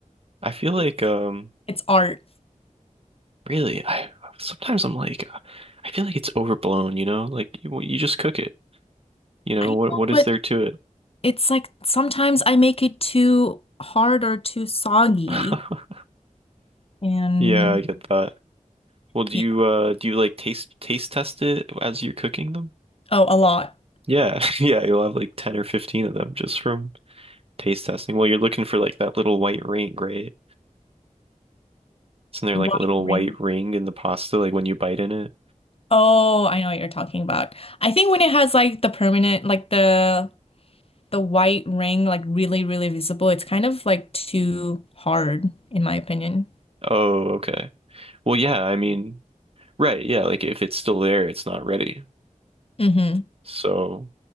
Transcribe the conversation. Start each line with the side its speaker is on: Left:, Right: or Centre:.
Right: I feel like
Left: It's
Right: um
Left: it's art.
Right: really I sometimes I'm like uh, I feel like it's overblown, you know? Like you, you just cook it. You know,
Left: I know,
Right: what what is
Left: but
Right: there to it?
Left: it's like sometimes I make it too hard or too soggy.
Right: <laughs>
Left: And
Right: Yeah, I get that. Well, do
Left: yeah,
Right: you uh do you like taste taste test it as you're cooking them?
Left: oh, a lot.
Right: Yeah, <laughs> yeah, you'll have like 10 or 15 of them just from taste testing. Well, you're looking for like that little white ring, right? Isn't there
Left: White
Right: like a little
Left: ring.
Right: white ring in the pasta like when you bite in it?
Left: Oh, I know what you're talking about. I think when it has like the permanent, like the the white ring like really, really visible, it's kind of like too hard, in my opinion.
Right: Oh, okay. Well, yeah, I mean, right, yeah, like if it's still there, it's not ready.
Left: Mm-hmm.
Right: So,